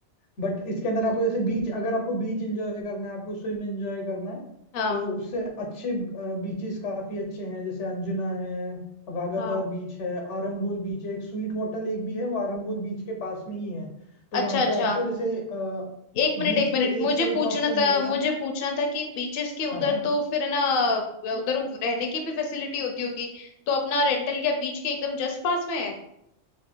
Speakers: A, on the left; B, on the left.
A: बट इसके अंदर आपको जैसे बीच अगर आपको बीच एंजॉय करना है आपको स्विम एंजॉय करना है
B: हाँ
A: तो उससे अच्छे बीचेस काफी अच्छे हैं जैसे अंजुना है वागातोर
B: हाँ
A: बीच है आरंबोल बीच है एक स्वीट वाटर लेक भी है वो आरंबोल बीच के पास में ही है तो वहां
B: अच्छा
A: पे
B: अच्छा
A: आपको जैसे अ,
B: एक
A: बीच
B: मिनट एक
A: के
B: मिनट मुझे
A: एक साइड
B: पूछना
A: तो आपको मिलेगा
B: था मुझे पूछना था कि बीचेस के उधर
A: हाँ हाँ
B: तो फिर है ना उधर रहने की भी फैसिलिटी होती होगी तो अपना रेंटल क्या बीच के एकदम जस्ट पास में है